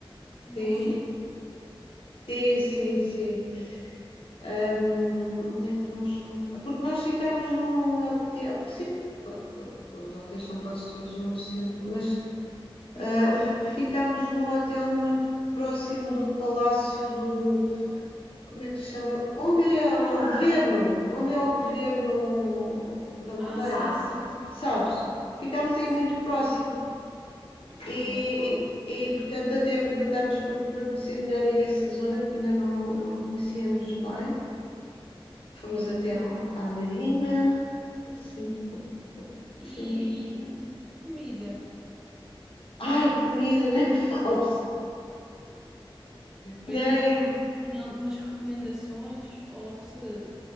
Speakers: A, in the centre; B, on the left (about 75°).
A: bom
B: Sim,
A: sítio.
B: sim, sim, sim. Ahm, onde é que nós fomos? Ah, Porque nós ficámos num hotel. Sim, foi- os hotéis são quase todos no centro, mas
A: Pois
B: Uh,
A: sim.
B: ficámos num hotel muito próximo do Palácio do. Como é que se chama? Onde
A: Um
B: é
A: amarelo.
B: o governo? Onde é o governo da Madeira?
A: Ah, sim,
B: Ah,
A: sim,
B: sim, sim. Sabes? Ficámos aí
A: sim.
B: muito próximo e,
A: Ok.
B: e, e, portanto, até aproveitámos para, para conhecer melhor aí essa zona que ainda não, não conhecíamos bem. Fomos
A: ok.
B: até à, à Marina. Sim, sim.
A: E, e comida?
B: Ai, comida, <laughs> nem falo.
A: Para
B: Nem
A: eu ver aqui se tem algumas recomendações ou se